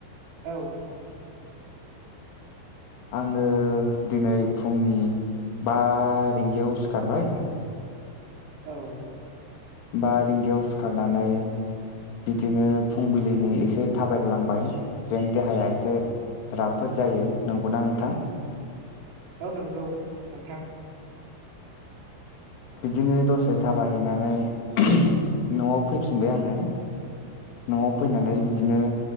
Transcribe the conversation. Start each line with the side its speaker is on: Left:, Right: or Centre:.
Right: औ।
Left: आङो दिनै फुंनि बा रिंगायाव सिखारबाय
Right: औ।
Left: बा रिंगायाव सिखारनानै बिदिनो फुंबिलिनि एसे थाबायग्लांबाय जेन देहाया एसे राफोद जायो नंगौना नोंथां?
Right: औ नोंगौ नोंथां।
Left: बिदिनो दसे थाबाय हैैनानै <unintelligible> न'आव फैफिनबाय आंङो न'आव फैनानै बिदिनो